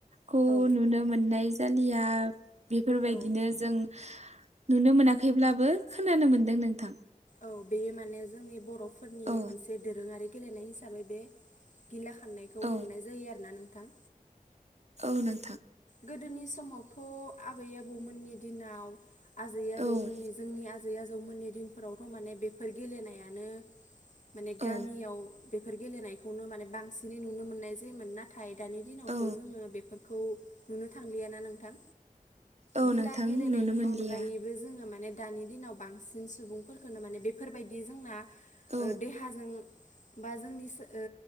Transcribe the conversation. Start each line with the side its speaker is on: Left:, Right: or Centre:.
Right: खौ
Left: औ
Right: नुनो मोननाय जालिया। बेफोरबायदिनो
Left: औ
Right: जों नुनो मोनाखैब्लाबो खोनानो मोन्दों नोंथां।
Left: औ बेयो माने जोंनि बर'फोरनि
Right: औ
Left: मोनसे दोरोङारि गेलेनाय हिसाबै बे गिला खारनायखौ
Right: औ
Left: हमनाय जायो आरो ना नोंथां।
Right: औ नों
Left: गोदोनि समावथ' आबै आबौमोननि दिनाव आजै-आजौमोननि
Right: औ
Left: जोंनि आजै-आजौमोननि दिनफोरावथ' माने बेफोर गेलेनायानो माने
Right: औ
Left: गामियाव बेफोर गेलेनायखौनो माने बांसिनै नुनो मोननाय जायोमोन नाथाय दानि दिनावथ'
Right: औ
Left: जोङो बेफोरखौ नुनो थांलियाना नोंथां।
Right: औ
Left: गिला
Right: नोंथां
Left: गेलेनायनि
Right: नुनो मोनलिया
Left: अनगायैबो जोङो मा ने दानि दिनाव बांसिन सुबुंफोरखौनो माने बेफोरबायदि जोंना
Right: औ
Left: ओ देहाजों बा जोंनि सो ओ